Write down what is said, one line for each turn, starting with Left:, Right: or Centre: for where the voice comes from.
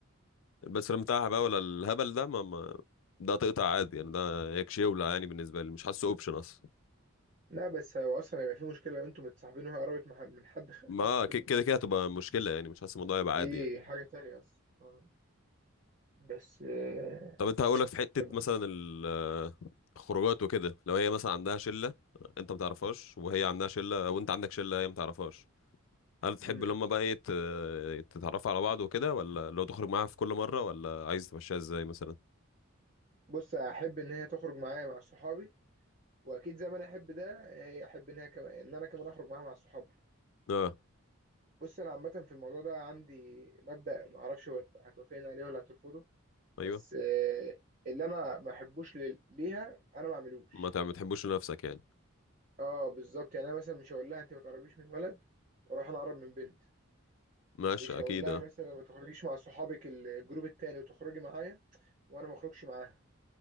Left: البسرام بتاعها بقى ولا الهبل ده ما, ما ده تقطع عادي يعني ده يكشيولة يعني بالنسبة لي مش حاسه اوبشن اصلا
Right: لا بس هو اصلا هيبقى في مشكله لو انتوا متصاحبين وهي قربت مع- من حد خ-
Left: ما
Right: تويست فريند
Left: ك- كده
Right: ليه
Left: كده هتبقى مشكلة يعني مش حاسس الموضوع يبقى عادي
Right: دي
Left: يعني
Right: حاجه تانية اصلا آه. بس آه،
Left: طب انت هقولك في حتة
Right: طب-
Left: مثلا ال- الخروجات وكده لو هي مثلا عندها شلة انت ما تعرفهاش وهي عندها شلة وانت عندك شلة هي ما تعرفهاش هل تحب
Right: مم.
Left: ان هم بقى ايه ت- تتعرفوا على بعض وكده ولا لو تخرج معاها في كل مرة ولا عايز تمشيها ازاي مثلا
Right: بص احب ان هي تخرج معايا مع صحابي واكيد زي ما انا احب ده هي احب ان هي كمان ان انا كمان اخرج معاها مع صحابي
Left: اه
Right: بص انا عامه في الموضوع ده عندي مبدا ما اعرفش هو هتوافقني عليه ولا هترفضه بس
Left: ايوه
Right: آه، اللي انا ما احبوش لل- ليها انا ما اعملوش
Left: ما تع- ما بتحبوش لنفسك يعني
Right: اه بالظبط يعني انا مثلا مش هقول لها انت ما تقربيش من ولد واروح انا اقرب من بنت
Left: ماشي
Right: مش هقول
Left: اكيد
Right: لها
Left: اه
Right: مثلا ما تخرجيش مع صحابك الجروب التاني وتخرجي معايا وانا ما اخرجش معاها